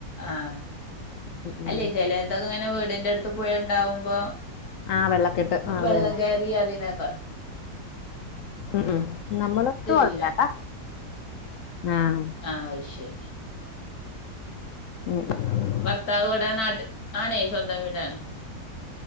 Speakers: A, on the left (about 55°); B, on the left (about 75°).
A: ആഹ്
B: ഉം
A: അല്ലേ ചിലതൊക്കെ ഇങ്ങനെ വീടിന്റെ അടുത്ത് പുഴുണ്ടാവുമ്പോ
B: ആഹ് വെള്ളക്കെട്ട് ആഹ് അത്
A: വെള്ളം
B: തന്നെ
A: കയറി പറയ്ണ കേക്കാം
B: ഉ ഉം നമ്മളൊക്കെ <unintelligible>
A: ഇല്ല
B: ആഹ്
A: ആഹ് അയ്ശെരി
B: ഉം ഉം
A: ഭർത്താവ് ഇവടെ നാട്ടിൽ ആണെ സ്വന്തം വീടാണ്